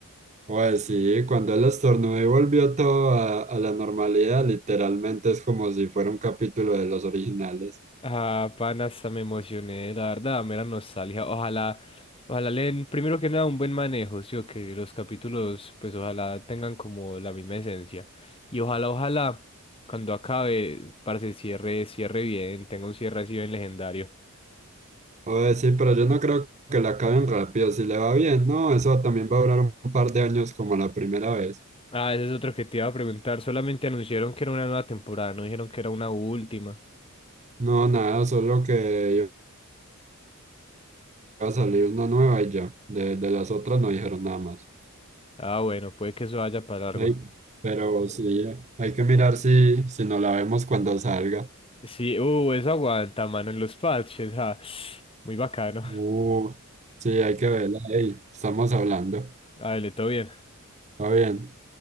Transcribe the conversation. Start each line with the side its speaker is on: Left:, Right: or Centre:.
Right: Pues sí, cuando él estornudó y volvió todo a, a la normalidad, literalmente es como si fuera un capítulo de los originales.
Left: Ah, pana, hasta me emocioné, la verdad, mera nostalgia. Ojalá, ojalá le den, primero que nada, un buen manejo, sí, o que los capítulos, pues ojalá tengan como la misma esencia. Y ojalá, ojalá, cuando acabe, para se cierre, cierre bien, tenga un cierre así bien legendario.
Right: Pues sí, pero yo no creo que la acaben rápido, si le va bien, no, eso también va a durar un par de años como la primera vez.
Left: Ah, ese es otro que te iba a preguntar. Solamente anunciaron que era una nueva temporada, no dijeron que era una última.
Right: No, nada, solo que iba a salir una nueva y ya. De, de las otras no dijeron nada más.
Left: Ah, bueno, puede que eso vaya para largo.
Right: Ey, pero sí, hay que mirar si, si no la vemos cuando salga.
Left: Sí, uh, eso aguanta, mano, en los parches. Ah, muy bacano.
Right: Uh, sí, hay que verla. Ey, estamos hablando.
Left: Dale, todo bien.
Right: Está bien.